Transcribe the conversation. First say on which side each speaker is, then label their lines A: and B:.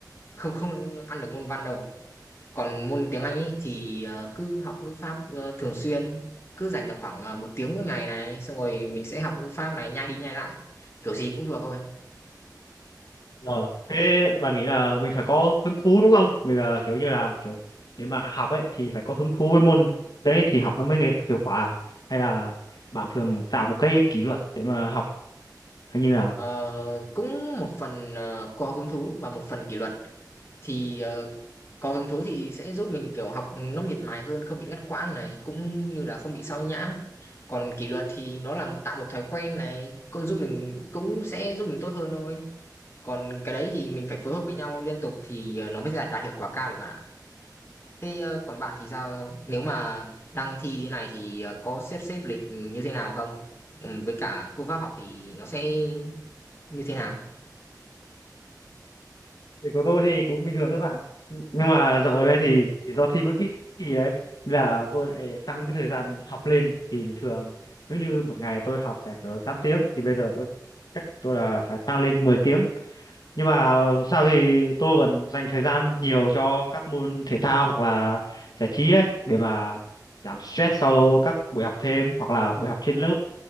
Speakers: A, on the left; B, on the left.
A: không không ăn được môn văn đâu còn môn tiếng Anh ấy thì ờ, cứ học ngữ pháp ờ, thường xuyên cứ dành tầm khoảng ờ, một tiếng mỗi ngày này xong rồi mình sẽ học ngữ pháp này nhai đi nhai lại kiểu gì cũng thuộc thôi
B: Ờ. Thế bạn nghĩ là mình phải có hứng thú đúng không? Mình là kiểu như là kiểu để mà học ấy thì phải có hứng thú với môn đấy thì học nó mới nghe- hiệu quả hay là bạn thường tạo một cái kỷ luật để mà học hay như nào?
A: Ờ, cũng một phần ờ, có hứng thú và một phần kỷ luật thì ờ, có hứng thú thì sẽ giúp mình kiểu học nó miệt mài hơn không bị ngắt quãng này cũng như là không bị sao nhãng còn kỷ luật thì nó là tạo một thói quen này cũng giúp mình cũng sẽ giúp mình tốt hơn thôi còn cái đấy thì mình phải phối hợp với nhau liên tục thì ờ, nó mới đạt, đạt hiệu quả cao được bạn ạ thế ờ, còn bạn thì sao nếu mà đang thi thế này thì ờ, có xếp xếp lịch như thế nào không ừ, với cả phương pháp học thì nó sẽ như thế nào
B: Thì của tôi thì cũng bình thường thôi bạn. Nhưng mà dạo ở đây thì do thi cuối kỳ ấy nên là tôi lại tăng cái thời gian học lên thì bình thường nếu như một ngày tôi học sẽ cỡ 8 tiếng thì bây giờ tôi chắc tôi là phải tăng lên mười tiếng nhưng mà dù sao thì tôi vẫn dành thời gian nhiều cho các môn thể thao hoặc là giải trí ấy để mà giảm stress sau các buổi học thêm hoặc là buổi học trên lớp